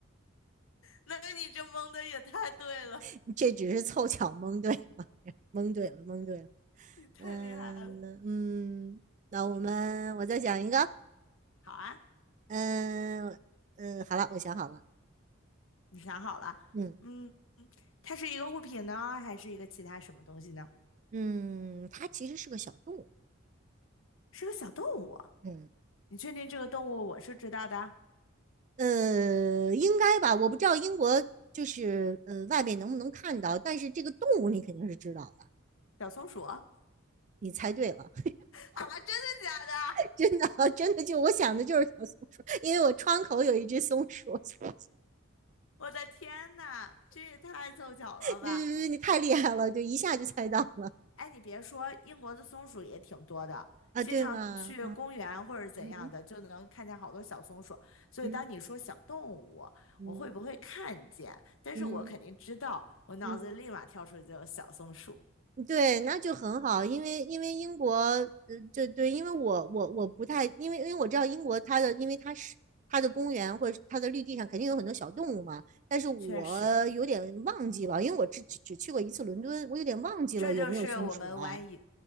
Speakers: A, on the left (about 75°); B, on the right (about 35°).
A: 那你这蒙的也太对了，
B: <laughs> 这只是凑巧蒙对了，蒙对了，蒙对了。
A: 你太厉害了。
B: 嗯嗯，那我们我再想一个，
A: 嗯，好啊，
B: 嗯嗯，好了，我想好了，
A: 你想好了？
B: 嗯
A: 嗯，它是一个物品呢，还是一个其他什么东西呢？
B: 嗯，它其实是个小动物，
A: 是个小动物啊
B: 嗯
A: 你确定这个动物我是知道的？
B: 呃，应该吧，我不知道英国就是呃外面能不能看到，但是这个动物你肯定是知道的，
A: 小松鼠？<laughs> 啊，
B: 你猜对了，
A: 真的假的？
B: <laughs> 真的真的就我想的就是小松鼠，因为我窗口有一只松鼠，所
A: 我的天呐，这也太凑巧了吧！
B: 对对对，你太厉害了，就一下就猜到了
A: 哎，你别说，英国的松鼠也挺多的，
B: 啊，
A: 经常去公园或者怎样的，
B: 对吗？嗯
A: 就能看见好多小松鼠。所以当你说小动物，
B: 嗯嗯
A: 我会不会看见？但是我肯定知道，
B: 嗯
A: 我脑子立马跳出一个小松鼠。
B: 嗯嗯对，那就很好，因为因为英国，呃，就对，因为我我我不太，因为因为我知道英国它的，因为它是它的公园或者是它的绿地上肯定有很多小动物嘛，但是我有点忘记了，
A: 确实，
B: 因为我只只只去过一次伦敦，我有点忘记了有没有松鼠了。
A: 这就是我们玩游